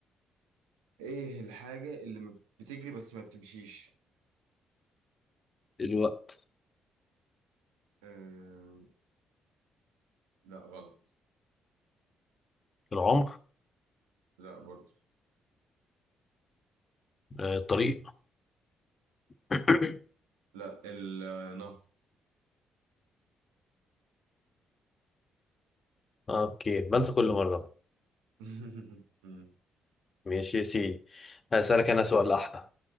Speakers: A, on the right; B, on the left.
A: ايه الحاجة اللي ما بتجري بس ما بتمشيش
B: الوقت
A: آه... لا غلط
B: العمر
A: لا برضه
B: آه الطريق <coughs>
A: لا النهر
B: اوكي بنسى كل مره
A: <laughs> مم.
B: ماشي يا سيدي هسألك انا سؤال احلى